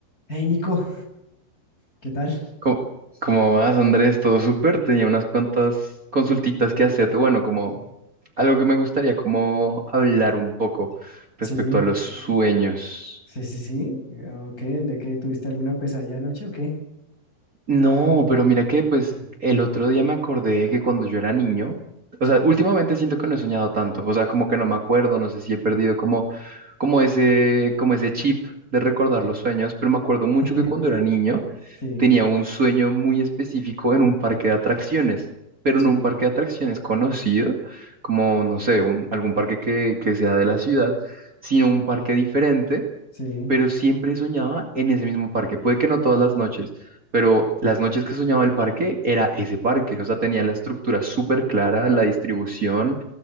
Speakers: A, on the left (about 15°); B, on the right (about 85°).
A: Hey Nico, ¿qué tal?
B: Co- ¿Cómo, vas, Andrés? ¿Todo súper? Tenía unas cuantas consultitas que hacerte. Bueno, como algo que me gustaría, como hablar un poco respecto
A: Sí,
B: a los sueños.
A: sí, sí, sí. ¿O qué? ¿De qué tuviste alguna pesadilla anoche o qué?
B: No, pero mira que pues
A: <clears throat>
B: el otro día me acordé que cuando yo era niño, o
A: Sí,
B: sea, últimamente siento que no he soñado tanto, o sea, como que no me acuerdo, no sé si he perdido como, como ese, como ese chip de recordar los sueños, pero me acuerdo
A: <laughs>
B: mucho que cuando era niño
A: sí,
B: tenía un sueño muy específico en un parque de atracciones, pero
A: sí,
B: en un parque de atracciones conocido, como, no sé, un- algún parque que, que sea de la ciudad, sino un parque diferente,
A: sí,
B: pero siempre soñaba en ese mismo parque. Puede que no todas las noches, pero las noches que soñaba el parque era ese parque, o sea, tenía la estructura súper clara, la distribución,